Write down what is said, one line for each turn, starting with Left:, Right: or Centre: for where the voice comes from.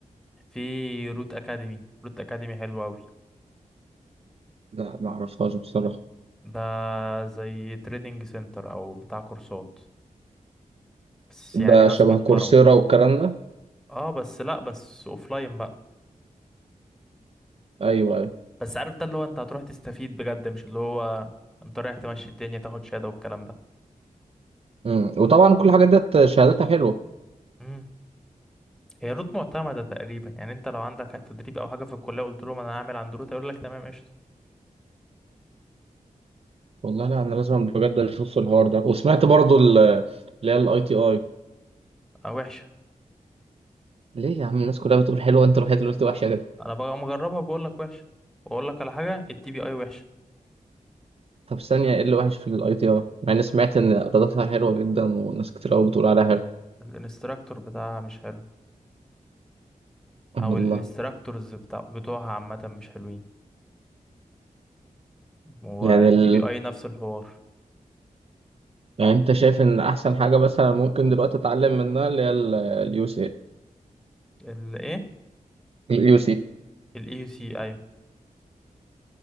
Centre: في روت اكاديمي روت اكاديمي حلو اوي
Right: لا ما اعرفهاش بصراحة
Centre: ده زي تريدنج سنتر او بتاع كورسات بس يعني
Right: ده
Centre: ناس
Right: شبه
Centre: محترمة
Right: كورسيرا والكلام ده
Centre: اه بس لا بس اوفلاين بقى
Right: ايوه ايوه
Centre: بس عارف ده اللي هو انت هتروح تستفيد بجد مش اللي هو انت رايح تمشي الدنيا تاخد شهادة والكلام ده
Right: مم. وطبعا كل الحاجات ديت شهاداتها حلوة
Centre: امم هي روت معتمدة تقريبا يعني انت لو عندك تدريب او حاجة في الكلية قلت لهم انا هعمل عند روت يقول لك تمام قشطة
Right: والله لا انا لازم بجد اشوف الحوار ده وسمعت برضو ال- اللي هي الاي تي اي
Centre: اه وحشة
Right: ليه يا عم الناس كلها بتقول حلوة انت الوحيد اللي قلت وحشة كده
Centre: انا بقى مجربها بقول لك وحشة واقول لك على حاجة الدي بي اي وحشة
Right: طب ثانية ايه اللي وحش في الاي تي اي مع اني سمعت ان ايراداتها حلوة جدا وناس كتير
Centre: ال-
Right: قوي بتقول عليها
Centre: ال-
Right: حلوة
Centre: الانستراكتور بتاعها مش حلو
Right: والله
Centre: او الانستراكتورز بتاع بتوعها عامة مش حلوين والدي
Right: يعني ال...
Centre: بي اي نفس الحوار
Right: يعني انت شايف ان احسن حاجة مثلا ممكن دلوقتي اتعلم منها اللي هي اليو سي
Centre: الايه
Right: اليو سي
Centre: الاي يو سي ايوه